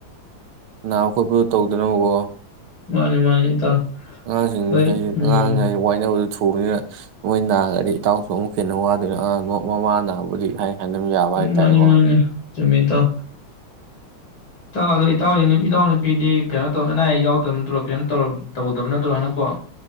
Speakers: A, on the right; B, on the left.
A: ꯅꯥꯕ ꯈꯣꯠꯄꯗꯨ ꯇꯧꯗꯅꯕꯀꯣ
B: ꯃꯥꯅꯤ ꯃꯥꯅꯤ ꯏꯇꯥꯎ
A: ꯑꯉꯥꯡꯁꯤꯡꯁꯤꯗꯤ
B: ꯍꯣꯏ ꯎꯝ
A: ꯑꯉꯥꯡ ꯍꯥꯏ ꯋꯥꯏꯅꯕꯗꯨ ꯊꯨ ꯄꯨꯅꯤꯅ ꯅꯣꯏ ꯅꯥꯔꯒꯗꯤ ꯏꯇꯥꯎꯁꯨ ꯑꯃꯨꯛ ꯍꯦꯟꯅ ꯋꯥꯗꯣꯏꯅ ꯑꯉꯥꯡꯗꯣ ꯃꯃꯥꯅꯕꯨꯗꯤ ꯍꯥꯏ ꯍꯥꯏꯅ ꯌꯥꯕ ꯍꯥꯏꯇꯥꯔꯦꯀꯣ
B: ꯃꯥꯅꯤ ꯃꯥꯅꯤ ꯆꯨꯝꯃꯤ ꯏꯇꯥꯎ ꯑꯗꯣ ꯏꯇꯥꯎꯗꯤ ꯏꯇꯥꯎ ꯅꯨꯄꯤꯗꯤ ꯀꯩꯅꯣ ꯇꯧ ꯑꯅꯥ ꯑꯌꯦꯛ ꯌꯥꯎꯗꯕ ꯅꯠꯇ꯭ꯔꯣ ꯀꯩꯝ ꯇꯧꯔꯝ ꯇꯧꯗꯕ ꯅꯠꯇ꯭ꯔꯣ ꯍꯟꯗꯛꯄꯣ ꯑꯣ